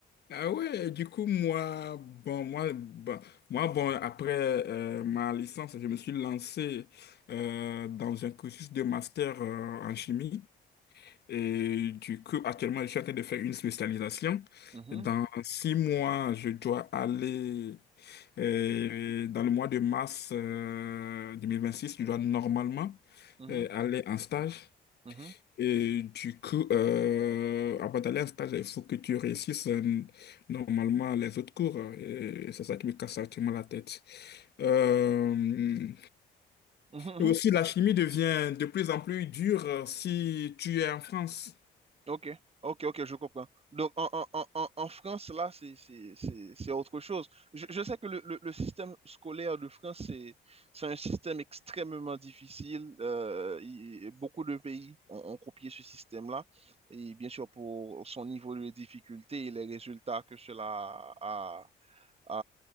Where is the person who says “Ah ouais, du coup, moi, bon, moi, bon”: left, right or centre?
Left